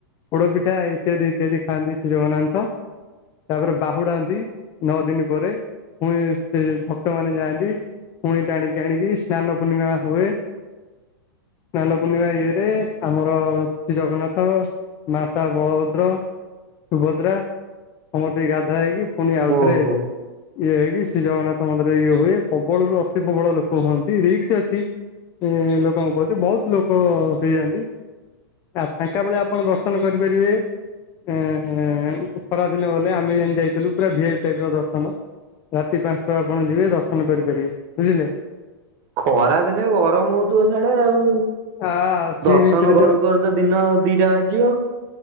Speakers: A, on the left; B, on the right.
A: ପୋଡ ପିଠା ଇତ୍ୟାଦି ଇତ୍ୟାଦି ଖାଆନ୍ତି ଶ୍ରୀ ଜଗନ୍ନାଥ। ତାପରେ ବାହୁଡାନ୍ତି ନଅ ଦିନ ପରେ ପୁଣି ସେ ଭକ୍ତମାନେ ଯାଆନ୍ତି। ପୁଣି ଟାଣିକି ଆଣିକି ସ୍ନାନ ପୂର୍ଣ୍ଣିମା ହୁଏ। ସ୍ନାନ ପୂର୍ଣ୍ଣିମା ଇଏରେ ଆମର ଶ୍ରୀ ଜଗନ୍ନାଥ ଭ୍ରାତା ବଳଭଦ୍ର, ସୁଭଦ୍ରା ସମସ୍ତେ ଗାଧା ହେଇକି ପୁଣି ଆଉଥରେ
B: ଓହୋ
A: ଇଏ ହେଇକି ଶ୍ରୀଜଗନ୍ନାଥ ମନ୍ଦିର ଇଏ ହୁଏ ପ୍ରବଳରୁ ଅତି ପ୍ରବଳ ଲୋକ ହୁଅନ୍ତି ରିକ୍ସ ଅଛି ଏ ଲୋକଙ୍କ ପ୍ରତି ବହୁତ ଲୋକ ହେଇଯାଆନ୍ତି। ଆ ଫାଙ୍କା ବେଳେ ଆପଣ ଦର୍ଶନ କରିପାରିବେ। ଏ ଏ ଖରାଦିନ ଗଲେ ଆମେ ଯେ ଯାଇଥିଲୁ ପୁରା ଭି ଆଇ ପି ଟାଇପ ର ଦର୍ଶନ। ରାତି ପାଞ୍ଚଟା ଆପଣ ଯିବେ ଦର୍ଶନ କରିପାରିବେ ବୁଝିଲେ।
B: ଖରା ଦିନେ ଗରମ ହଉଥିବ ସିଆଡ଼େ ଆଉ।
A: ଆ ସୀ
B: ଦର୍ଶନ
A: ବୀଚ ରେ
B: କରୁ
A: ଯୋଉ
B: କରୁ ତ ଦିନ ଦିଟା ବାଜିବ